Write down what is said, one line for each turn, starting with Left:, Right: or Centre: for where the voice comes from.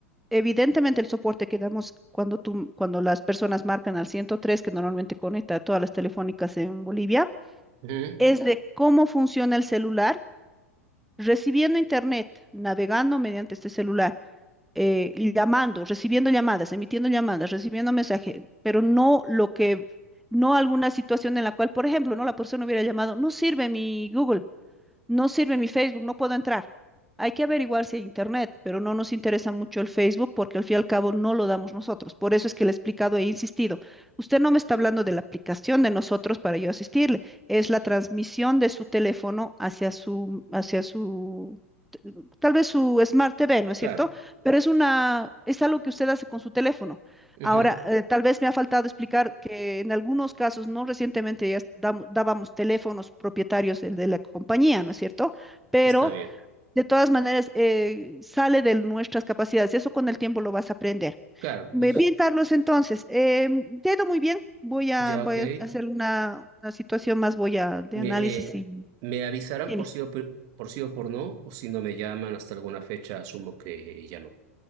Centre: Evidentemente el soporte que damos cuando tú, cuando las personas marcan al 103, que normalmente conecta a todas las telefónicas en Bolivia,
Right: ujú,
Centre: es de cómo funciona el celular, recibiendo internet, navegando mediante este celular, eh, llamando, recibiendo llamadas, emitiendo llamadas, recibiendo mensajes, pero no lo que, no alguna situación en la cual, por ejemplo, no la persona hubiera llamado, no sirve mi Google, no sirve mi Facebook, no puedo entrar. Hay que averiguar si hay internet, pero no nos interesa mucho el Facebook porque al fin y al cabo no lo damos nosotros. Por eso es que le he explicado e insistido. Usted no me está hablando de la aplicación de nosotros para yo asistirle. Es la transmisión de su teléfono hacia su, hacia su, t- tal vez su Smart TV, ¿no es
Right: Claro,
Centre: cierto? Pero es una, es algo que usted hace con su teléfono.
Right: ujú,
Centre: Ahora, eh, tal vez me ha faltado explicar que en algunos casos, no recientemente ya dam- dábamos teléfonos propietarios del- de, la compañía, ¿no es cierto? Pero
Right: Está bien,
Centre: de todas maneras eh, sale de nuestras capacidades y eso con el tiempo lo vas a aprender.
Right: claro,
Centre: Ve
Right: es-
Centre: Bien, Carlos, entonces, eh, te ha ido muy bien. Voy a,
Right: ya,
Centre: voy
Right: ok.
Centre: a hacer una, una situación más, voy a de
Right: Me,
Centre: análisis
Right: eh,
Centre: y...
Right: me avisarán
Centre: Bien.
Right: por sí o por, por sí o por no, o si no me llaman hasta alguna fecha, asumo que ya no.